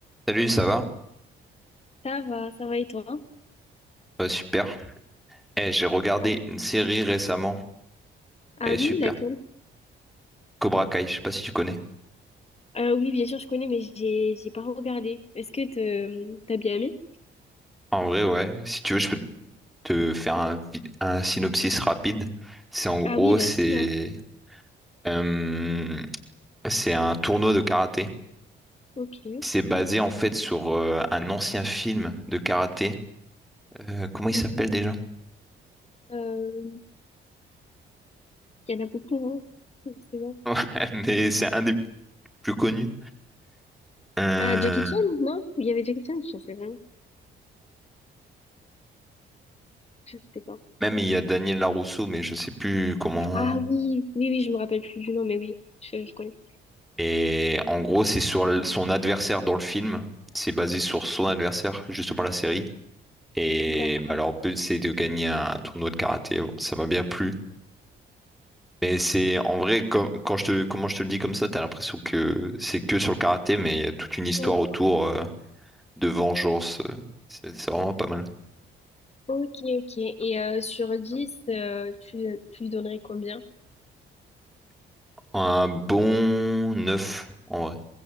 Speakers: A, in the centre; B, on the left.
A: Salut, ça va?
B: Ça va, ça va et toi?
A: Euh, super. Eh, j'ai regardé
B: Ah,
A: une série récemment.
B: ah
A: Elle est
B: oui,
A: super.
B: laquelle?
A: Cobra Kai, je sais pas si tu connais.
B: Euh, oui, bien sûr, je connais, mais j'ai j'ai pas regardé. Est-ce que te- t'as bien aimé?
A: En vrai, ouais. Si tu veux, je peux te faire un, vi- un synopsis rapide. C'est en gros,
B: Ah oui, vas-y,
A: c'est
B: hein.
A: euh, c'est un tournoi de karaté.
B: Ok.
A: C'est basé en fait sur euh, un ancien film de karaté. Euh, comment il
B: Mhm.
A: s'appelle déjà? <laughs>
B: Euh, Il y en a beaucoup, hein. Je sais pas.
A: Ouais, Mais c'est un des plus connus. Euh,
B: Ah, Jackie Chan, non? Il y avait Jackie Chan? je sais rien. Je sais pas.
A: même il y a Daniel Larousseau, mais je sais plus comment.
B: Ah oui, oui, oui, je me rappelle plus du nom, mais oui, je, je connais.
A: Et en gros, c'est sur l- son adversaire dans le film. C'est basé sur son adversaire, justement la série. Et
B: D'accord.
A: bah, leur but, c'est de gagner un tournoi de karaté. Bon, ça m'a bien plu. Mais c'est en vrai, com- quand je te, comment je te le dis comme ça, t'as l'impression que c'est que sur le karaté, mais il y a toute une histoire
B: Ouais.
A: autour euh, de vengeance. euh. C'est c'est vraiment pas mal.
B: Ok, ok. Et euh, sur 10, euh, tu, tu lui donnerais combien?
A: Un bon 9 en vrai.